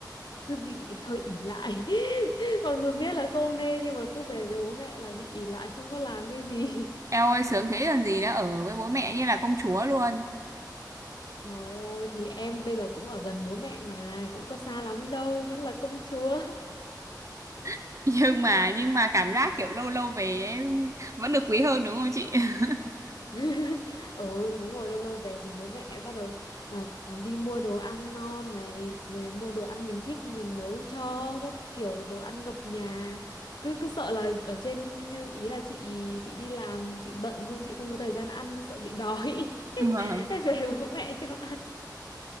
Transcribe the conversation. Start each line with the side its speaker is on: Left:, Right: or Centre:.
Left: cứ bị hơi ỷ lại <laughs> mặc dù biết là không nên nhưng mà cứ về với bố mẹ là bị ỷ lại không có làm cái gì
Right: em ơi sướng thế còn gì nữa ở với bố mẹ như là công chúa luôn
Left: <laughs> trời ơi thì em bây giờ cũng ở gần bố mẹ mà cũng có xa lắm đâu vẫn là công chúa
Right: <laughs> nhưng mà nhưng mà cảm giác kiểu lâu lâu về ấy, vẫn được quý hơn đúng không chị <laughs>
Left: <laughs> ừ đúng rồi lâu lâu về thì bố mẹ bắt đầu à, đi mua đồ ăn ngon này rồi mua đồ ăn mình thích rồi nấu cho các kiểu đồ ăn ngập nhà cứ cứ sợ là ở trên ý là chị chị đi làm chị bận xong chị không có thời gian ăn sợ bị đói <laughs>
Right: Vâng.
Left: về bố mẹ cho ăn